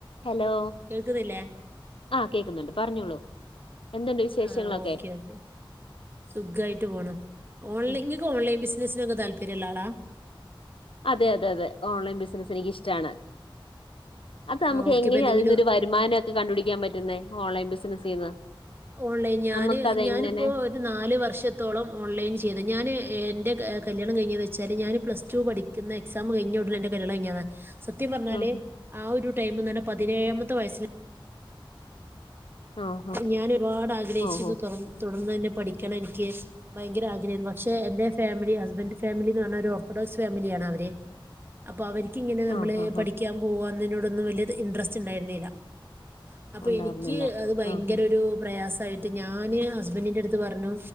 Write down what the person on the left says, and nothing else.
Hello
ആഹ് കേക്കുന്നുണ്ട് പറഞ്ഞോളൂ. എന്തുണ്ട് വിശേഷങ്ങളൊക്കെ
ഉം
അതെ അതെ അതെ ഓൺലൈൻ ബിസിനസ്സ് എനിിക്കിഷ്ടാണ്. അത് നമുക്ക്
എങ്ങനെയാ
അതിനൊരു വരുമാനം ഒക്കെ കണ്ടുപിടിക്കാൻ പറ്റുന്നെ ഓൺലൈൻ ബിസിനസീന്ന്
നമുക്കതെങ്ങനെ
ഉം ഉം
ആഹാ
ഓഹോ
ആഹാഹാ
ഉണ്ടായിരുന്നില്ല
ആഹാ